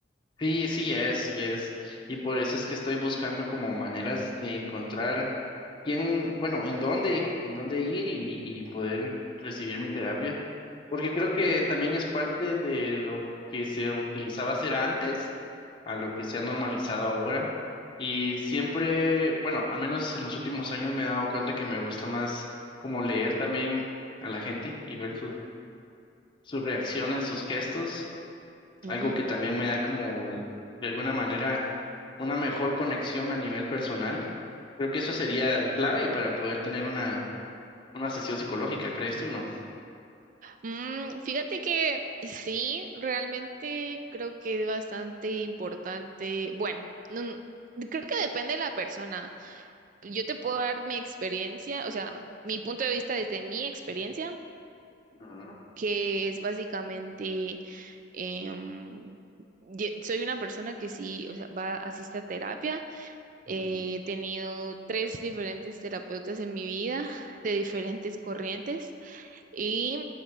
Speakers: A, on the left; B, on the right.
A: Sí, sí es, sí es. Y por eso es que estoy buscando como maneras de encontrar quién, bueno, en dónde, en dónde ir y, y poder recibir mi terapia. Porque creo que también es parte de lo que se utilizaba hacer antes a lo que se ha normalizado ahora. Y siempre, bueno, al menos en los últimos años me he dado cuenta que me gusta más como leer también a la gente y ver sus, sus reacciones, sus gestos,
B: Mm.
A: algo que también me da como de alguna manera una mejor conexión a nivel personal. Creo que eso sería clave para poder tener una, una sesión psicológica, ¿crees tú, no?
B: Mm, fíjate que sí, realmente creo que es bastante importante. Bueno, no- creo que depende de la persona. Yo te puedo dar mi experiencia, o sea, mi punto de vista desde mi experiencia,
A: Ujú,
B: que es básicamente, em, ye- soy una persona que sí, o sea, va, asiste a terapia. He
A: ujú,
B: tenido tres diferentes terapeutas en mi vida, de diferentes corrientes, y